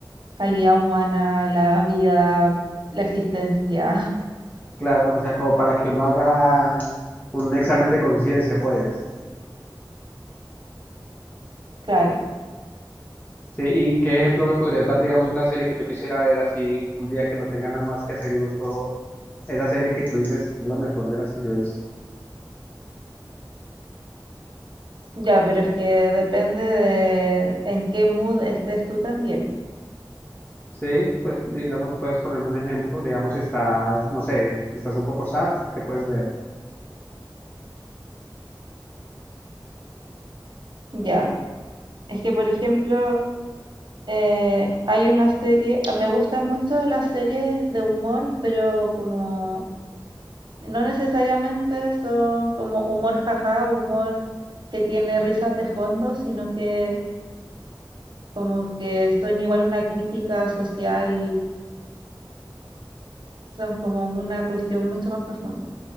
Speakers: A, on the right (about 65°); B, on the left (about 20°).
A: calidad humana, la vida, la existencia. <laughs>
B: Claro, o sea, como para que uno haga un examen de conciencia, pues.
A: Claro.
B: Sí, ¿y qué ejemplo me podrías dar, digamos, una serie que yo quisiera ver así, un día que no tenga nada más que hacer y busco esa serie que tú dices es la mejor de las que yo he visto?
A: Ya, pero es que depende de en qué mood estés tú también.
B: Sí, pues digamos, puedes ponerme un ejemplo, digamos, si estás, no sé, si estás un poco sad, ¿qué puedes ver?
A: Ya. Es que, por ejemplo, eh, hay una serie, ah, me gustan mucho las series de humor, pero como no necesariamente son como humor jaja, humor que tiene risas de fondo, sino que como que son igual una crítica social, son como una cuestión mucho más profunda.